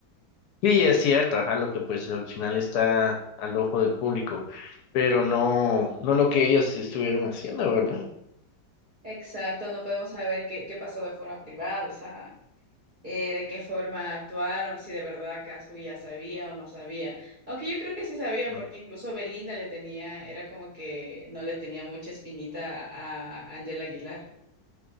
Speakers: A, on the left; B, on the right.
A: Sí, es cierto, ajá, lo que pues al final está al ojo del público, pero no, no lo que ellos estuvieron haciendo, ¿verdad?
B: Exacto, no podemos saber qué, qué pasó de forma privada, o sea. eh, de qué forma actuaron, si de verdad Kazuya sabía o no sabía. Aunque yo creo que sí sabía,
A: Ujú.
B: porque incluso Belinda le tenía, era como que no le tenía mucha espinita a Ángela Aguilar.